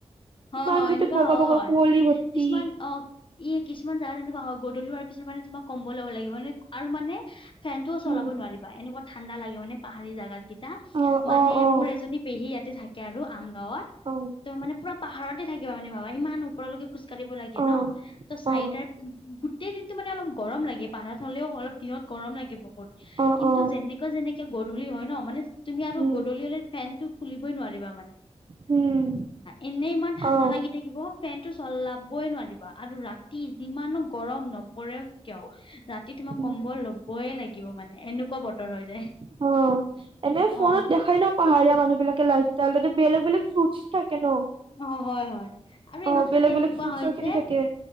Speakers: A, on the left; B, on the right.
A: অ',
B: ইমান
A: হয়
B: গোটেই
A: এনেকুৱা
B: বগা
A: হয়
B: বগা কুঁৱলী ভৰ্তি
A: কিছুমান অ'। ই কিছুমান জেগাত তেনেকুৱা হয়, গদূলিহোৱাৰ পিছত মানে তোমাৰ কম্বল ল'ব লাগিব মানে আৰু মানে ফেনটো ও চলাব
B: উম
A: নোৱাৰিবা এনেকুৱা ঠাণ্ডা লাগে মানে পাহাৰীয়া জেগাত কেইটা
B: অ
A: মানে
B: অ অ
A: মোৰ এজনী পেহী ইয়াতে থাকে আৰু আম গাঁৱত।
B: অ'।
A: মানে পুৰা পাহাৰতে থাকিবা মানে বাবা ইমান ওপৰলৈকে খোজ কাঢ়িব লাগে
B: অ
A: ন ত' চাৰিটা
B: অ
A: গোটেই দিনটো মানে অলপ গৰম লাগে পাহাৰত হ'লেও অলপ দিনত গৰম লাগে বহুত।
B: অ
A: কিন্তু
B: অ
A: যেনেকুৱা যেনেকে গধূলি হয় ন মানে তুমি আৰু
B: উম
A: গধূলি হ'লে ফেনটো খুলিবই নোৱাৰিবা মানে।
B: উম।
A: এনেই ইমান ঠাণ্ডা
B: অ
A: লাগে। থাকিব ফেন টো চলাবই নোৱাৰিবা আৰু ৰাতি যিমানো গৰম নপৰেক কিয় ৰাতি তোমাক
B: উম
A: কম্বল ল'বই লাগিব মানে এনেকুৱা বতৰ হৈ যায়।
B: অ এনে ফোনত
A: অ
B: দেখাই ন পাহাৰীয়া মানুহ বিলাকে লাইফ ইষ্টাল তাতে বেলেগ, বেলেগ ফ্ৰুইটছ থাকে ন।
A: অ হয় হয় আৰু ইহঁতৰ
B: অ', বেলেগ,
A: তাতে এনেকুৱা
B: বেলেগ ফ্ৰুটছৰ
A: হয়
B: খেতি
A: যে
B: থাকে।